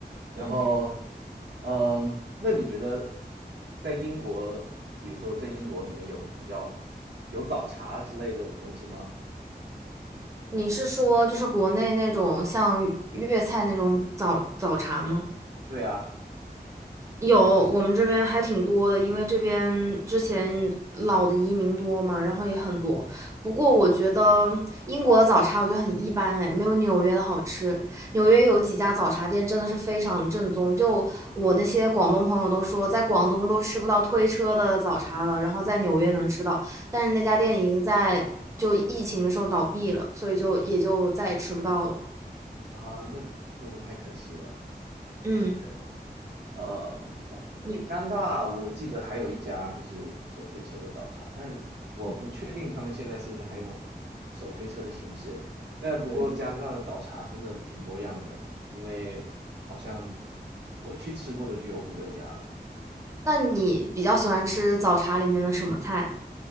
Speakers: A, on the right (about 80°); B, on the right (about 15°).
A: 然后，
B: 嗯，
A: 嗯，那你觉得在英国，比如说在英国，你们有比较有早茶之类的东西吗？
B: 你是说就是国内那种像粤菜那种早早茶吗？
A: 对啊，
B: 有，我们这边还挺多的，因为这边之前老的移民多嘛，然后也很多。不过我觉得英国的早茶我觉得很一般，哎，没有纽约的好吃。纽约有几家早茶店真的是非常正宗，就我那些广东朋友都说，在广东都吃不到推车的早茶了，然后在纽约能吃到，但是那家店已经在就疫情的时候倒闭了，所以就也就再也吃不到了。
A: 啊，那真的太可惜了。
B: 嗯，
A: 就是。呃，哦加拿大我记得还有一家就是手推车的早茶，
B: 你，
A: 但我不确定他们现在是不是还用
B: 嗯
A: 手推车的形式。但不过加拿大的早茶真的挺多样的，
B: 嗯，
A: 因为好像我去吃过的就有五六家了。
B: 那你比较喜欢吃早茶里面的什么菜？